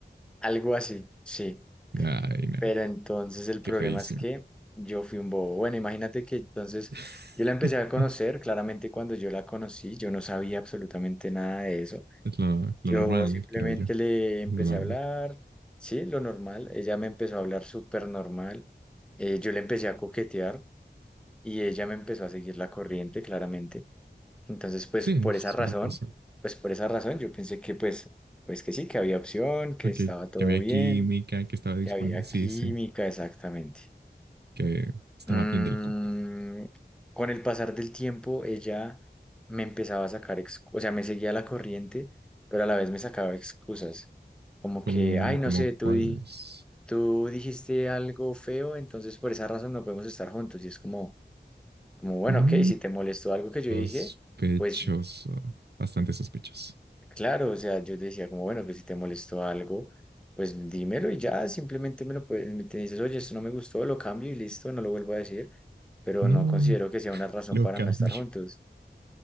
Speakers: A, in the centre; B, on the right (about 65°).
A: Algo así, sí.
B: <laughs> Ay, no,
A: Pero entonces el
B: qué
A: problema
B: feísimo.
A: es que yo fui un bobo. Bueno, imagínate que entonces
B: <laughs>
A: yo la empecé a conocer. Claramente cuando yo la conocí, yo no sabía absolutamente nada de eso.
B: Es lo, lo
A: Yo
B: normal,
A: simplemente
B: creo yo.
A: le empecé
B: Lo normal.
A: a hablar, sí, lo normal. Ella me empezó a hablar súper normal. Eh, yo le empecé a coquetear y ella me empezó a seguir la corriente, claramente. Entonces, pues
B: Sí,
A: por
B: suele
A: esa razón,
B: pasar.
A: pues por esa razón yo pensé que pues, pues que sí, que había opción, que
B: Porque
A: estaba todo
B: que había
A: bien,
B: química, que estaba disponible.
A: que había
B: Sí,
A: química,
B: sí,
A: exactamente.
B: que estaba
A: Mm,
B: bien del coco.
A: con el pasar del tiempo, ella me empezaba a sacar, ex- o sea, me seguía la corriente, pero a la vez me sacaba excusas. Como
B: Como,
A: que, ay, no
B: como
A: sé, tú,
B: cuáles.
A: di- tú dijiste algo feo, entonces por esa razón no podemos estar juntos. Y es como, como, bueno,
B: Mm,
A: ok, si te molestó algo que yo
B: sospechoso.
A: dije, pues
B: Bastante sospechoso.
A: claro, o sea, yo te decía como, bueno, que si te molestó algo, pues dímelo y ya, simplemente me lo puedes, me te dices, oye, esto no me gustó, lo cambio y listo, no lo vuelvo a decir. pero
B: No,
A: no considero que sea una razón
B: lo
A: para
B: cambio.
A: no estar juntos.